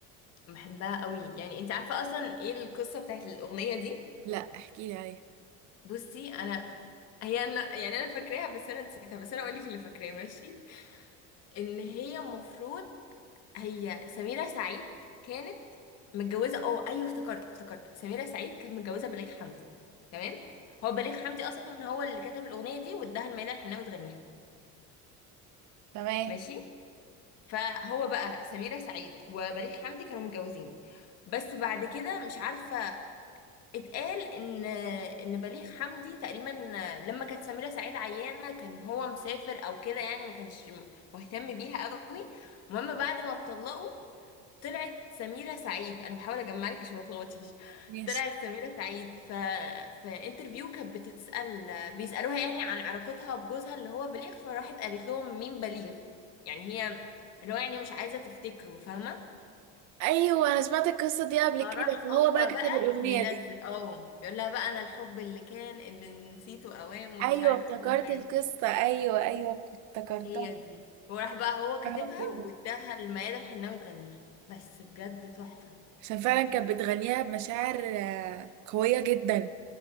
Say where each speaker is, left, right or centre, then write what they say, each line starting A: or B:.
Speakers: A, on the left; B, on the right.
A: بحبها قوي يعني انت عارفه اصلا ايه القصه بتاعت الاغنيه دي
B: لا احكي لي عليها
A: بصي انا هي انا يعني انا فاكراها بس انا نسيتها بس انا اقول لك اللي فاكراه ماشي ان هي المفروض هي سميرة سعيد كانت متجوزة اه ايوه افتكرت افتكرت سميرة سعيد كانت متجوزة بليغ حمدي تمام هو بليغ حمدي اصلا هو اللي كتب الاغنية دي واداها لميادة الحناوي تغنيها
B: تمام
A: ماشي فهو بقى سميرة سعيد وبليغ حمدي كانوا متجوزين بس بعد كده مش عارفة اتقال ان ان بليغ حمدي تقريبا لما كانت سميرة سعيد عيانة كان هو مسافر او كده يعني ما كانش مهتم بيها قوي المهم بعد ما اتطلقوا طلعت سميرة سعيد انا بحاول اجمع لك عشان ما تلخبطيش
B: ماشي
A: طلعت سميرة سعيد ف في انترفيو كانت بتتسأل بيسألوها يعني عن علاقتها بجوزها اللي هو بليغ فراحت قالت لهم مين بليغ يعني هي اللي هو يعني مش عايزة تفتكره فاهمة
B: ايوه انا سمعت القصه دي قبل
A: فراح
B: كده فهو
A: هو
B: بقى كتب
A: بقى
B: الاغنيه
A: منزل
B: دي
A: اه بيقول لها بقى انا الحب اللي كان اللي نسيته اوام ومش
B: ايوه
A: عارف
B: افتكرت
A: ايه والحاجات
B: القصه
A: دي
B: ايوه ايوه افتكرتها
A: هي دي وراح بقى هو كاتبها
B: أنا بقول.
A: واداها لميادة الحناوي تغنيها بس بجد تحفة
B: عشان فعلا
A: تحفة
B: كانت بتغنيها بمشاعر آه، قويه جدا